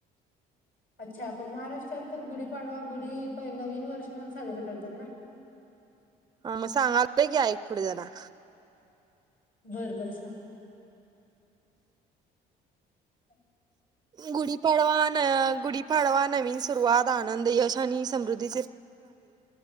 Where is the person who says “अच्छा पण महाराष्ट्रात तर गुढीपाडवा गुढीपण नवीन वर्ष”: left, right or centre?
Left